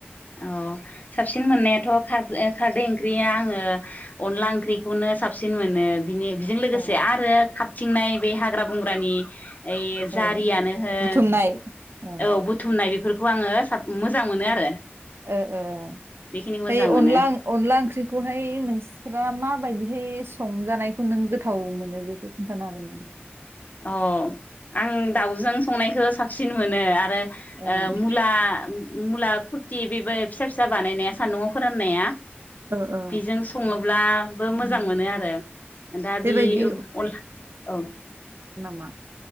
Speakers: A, on the left (about 40°); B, on the right (about 70°).
A: औ साबसिन मोननायाथ' खर खारदै ओंख्रिया आङो अनला ओंख्रिखौनो साबसिन मोनो। बिनि बेजों लोगोसे
B: ओ
A: आरो। थिंनाय बे हाग्रा बंग्रानि इ
B: ओ
A: जारियानो होन
B: बुथुमनाय ओ
A: औ बुथुमनाय बेफोरखौ खौ आङो साब मोजां मोनो आरो।
B: ओ ओ ओमफ्राय
A: बेखिनिखौ मोजां मोनो
B: अनला अनला ओंख्रिखौहाय नोंस्रा माबायदि ओमफ्राय संजानायखौ नों गोथाव मोनो बेखौ खिन्थानो हागोन नामा?
A: अ आं दाउजों संनायखौ साबसिन मोनो आरो। आरो
B: ओं
A: ओ मुला मुला कुरथि बेबो फिसा फिसा बानायनाया सान्दुंआव फोराननाया
B: ओ ओ
A: बेजों सङोब्लाबो
B: उम।
A: मोजां मोनो आरो दा
B: बेबायदि
A: बे अनला औ
B: मा